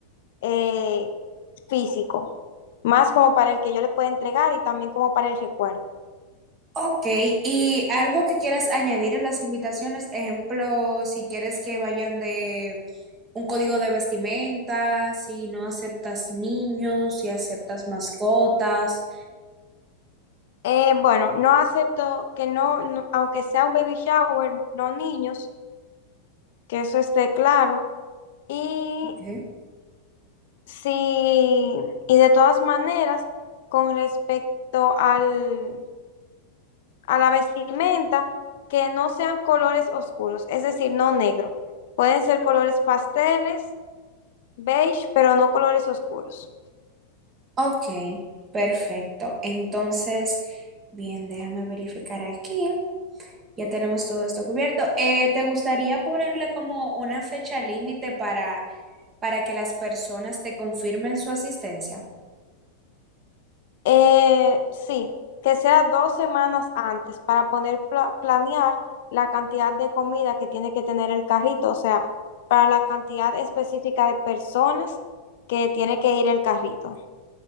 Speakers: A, on the left; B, on the right.
A: eh, físico, más como para el que yo le pueda entregar y también como para el recuerdo.
B: Ok, y algo que quieras añadir en las invitaciones, ejemplo, si quieres que vayan de un código de vestimenta, si no aceptas niños, si aceptas mascotas.
A: Eh, bueno, no acepto que no, no- aunque sea un baby shower, no niños, que eso esté claro. Y
B: Ok,
A: sí, y de todas maneras, con respecto al a la vestimenta que no sean colores oscuros, es decir, no negro. Pueden ser colores pasteles, beige, pero no colores oscuros.
B: Ok, perfecto. Entonces, bien, déjame verificar aquí. Ya tenemos todo esto cubierto. Eh, ¿te gustaría ponerle como una fecha límite para, para que las personas te confirmen su asistencia?
A: Eh, sí, que sea dos semanas antes para poder pla- planear la cantidad de comida que tiene que tener el carrito, o sea, para la cantidad específica de personas que tiene que ir el carrito.